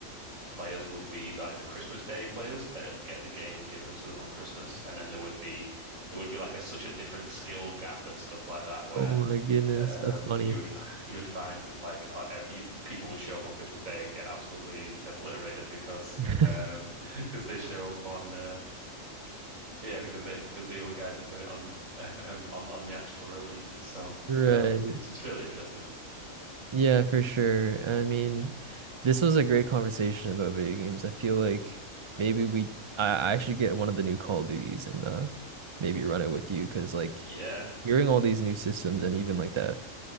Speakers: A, on the right; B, on the right.
A: players would be like the Christmas Day players that'd get the game given to them on Christmas, and then there would be there would be like a such a different skill gap and stuff like that where
B: oh my goodness,
A: um,
B: that's funny.
A: you would <laughs> you would find like uh, uh, you, people would show up on Christmas Day and get absolutely obliterated because
B: <laughs>
A: um <laughs> because they show up on uh yeah because they because the other guys have got it on <laughs> uh, um, on on the actual release itself.
B: Right.
A: So it's just really interesting.
B: Yeah, for sure. I mean, this was a great conversation about video games. I feel like maybe we I I should get one of the new Call of Duties and uh maybe run it with you because like
A: Yeah,
B: hearing all these new systems and even like that